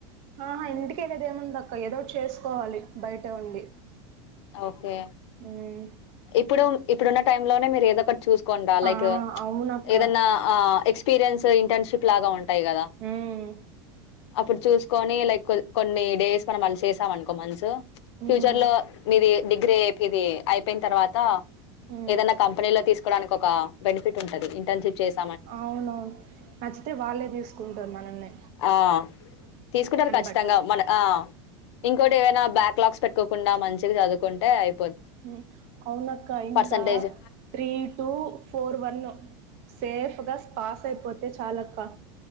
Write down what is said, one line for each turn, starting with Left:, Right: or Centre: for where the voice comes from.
Right: ఆహా ఇంటికెళ్ళేది ఏముందక్క ఏదోకటి చేసుకోవాలి బయటే ఉండి
Left: ఓకే
Right: ఉమ్
Left: ఇప్పుడు ఇప్పుడున్న టైమ్ లోనే మీరు ఏదో ఒకటి చూసుకోండి రా లైక్
Right: ఆ అవునక్క
Left: ఏదనా అ ఎక్స్ పిరియన్స్ ఇంటర్న్షిప్ లాగా ఉంటాయి కదా
Right: ఉమ్
Left: అప్పుడు చూసుకొని లైక్ కొన్ని డేస్ అలా మనం అళ్ళ చేసామనుకొన్నిమంత్స్
Right: ఉమ్
Left: ఫ్యూచర్ లో మీది డిగ్రీ ఏది ఇది అయిపోయిన తర్వాత
Right: ఉమ్
Left: ఏదైనా కంపెనీలో తీసుకోవడానికి ఒక బెనిఫిట్ ఉంటది ఇంటెన్షిప్ చేస్
Right: అవునవును నచ్చితే వాళ్ళే తీసుకుంటరు మనల్నే
Left: ఆ తీసుకుంటరు ఖచ్చితంగా
Right: బట్టి
Left: మన ఆ ఇంకో టి ఏదైనా బ్యాక్లాస్ పెట్కోకుండా మంచిగా చదువుకుంటే ఆయ్
Right: ఉమ్ అవునక్క ఇంకా
Left: percentage
Right: three two four one సేఫ్గా పాస్ అయిపోతే చాలక్క